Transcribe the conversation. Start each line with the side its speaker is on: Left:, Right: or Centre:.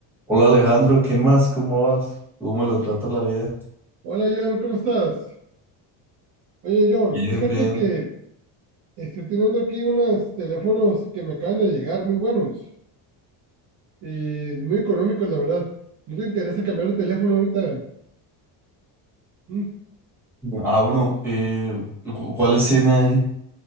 Centre: Hola Alejandro, ¿qué más? ¿Cómo vas? ¿Cómo me lo trata la vida?
Right: Hola John, ¿cómo estás? Oye John,
Centre: Bien,
Right: fíjate
Centre: bien.
Right: que estoy teniendo aquí unos teléfonos que me acaban de llegar, muy buenos, eh, muy económicos la verdad. ¿No te interesa cambiar de teléfono ahorita? Mm,
Centre: Ah, bueno, eh, cu- ¿cuáles tiene ahí?